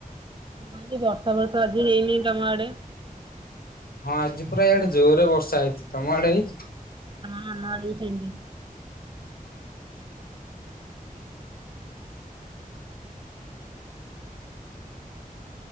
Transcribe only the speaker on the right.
ମୁଁ କହିଲି ବର୍ଷା ଫର୍ଷା ଆଜି ହେଇନି ତମ ଆଡେ?
ହଁ ଆମ ଆଡ଼େ ବି ସେମତି।